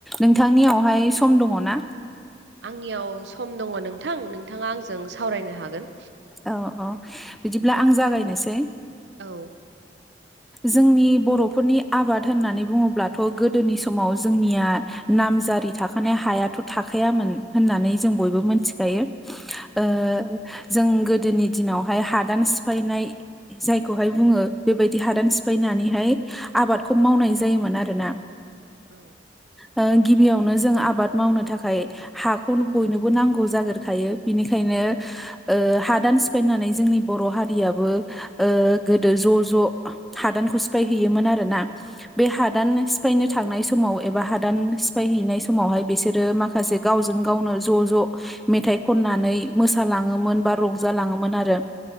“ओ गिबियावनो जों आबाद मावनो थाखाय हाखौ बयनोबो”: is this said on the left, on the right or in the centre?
Centre